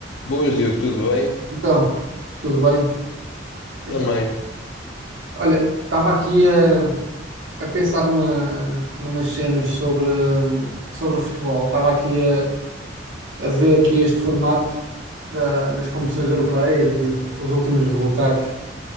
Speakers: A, on the left; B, on the right.
A: Boas, Diogo, tudo bem?
B: Então, tudo bem? Epá,
A: Também.
B: Olha, estava aqui a, a pensar numa, numas cenas sobre, hum, sobre o futebol. Estava aqui a, a ver aqui este formato da- das competições europeias e os últimos resultados